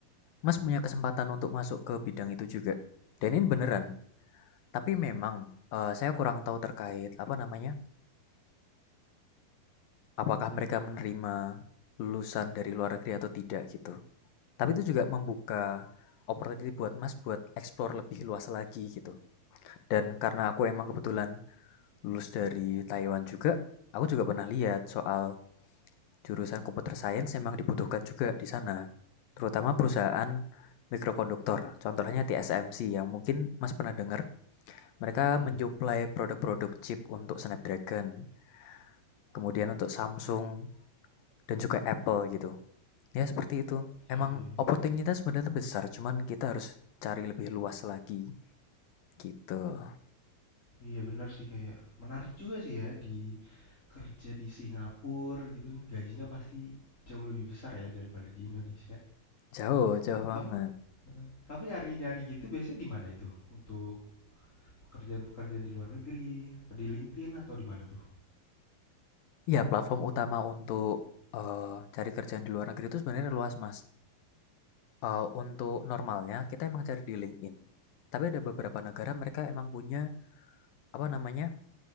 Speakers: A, on the left (about 70°); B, on the left (about 20°).
A: Mas punya kesempatan untuk masuk ke bidang itu juga. Dan ini beneran. Tapi memang eh, saya kurang tahu terkait apa namanya. Apakah mereka menerima lulusan dari luar negeri atau tidak gitu. Tapi itu juga membuka opportunity buat Mas buat explore lebih luas lagi gitu. Dan karena aku emang kebetulan lulus dari Taiwan juga, aku juga pernah lihat soal jurusan computer science memang dibutuhkan juga di sana. Terutama perusahaan mikrokonduktor, contohnya TSMC yang mungkin Mas pernah dengar, mereka
B: hmm, hmm.
A: mensuplai produk-produk chip untuk Snapdragon, kemudian untuk Samsung dan juga Apple gitu. Ya seperti itu. Emang
B: iya iya iya.
A: opportunitas sebenarnya besar, cuman kita harus cari lebih luas lagi gitu.
B: iya benar sih kayak menarik juga sih ya di kerja di Singapura gitu kan gajinya pasti jauh lebih besar ya daripada di Indonesia
A: Jauh, jauh
B: Kamu
A: banget.
B: heeh, kamu nyari-nyari gitu biasanya di mana itu? Untuk pekerjaan-pekerjaan di luar negeri, apa di LinkedIn atau di mana tuh?
A: Iya, platform utama untuk eh, cari kerjaan di luar negeri itu sebenarnya luas, Mas. Eh, untuk normalnya kita emang cari di LinkedIn. Tapi ada beberapa negara mereka emang punya apa namanya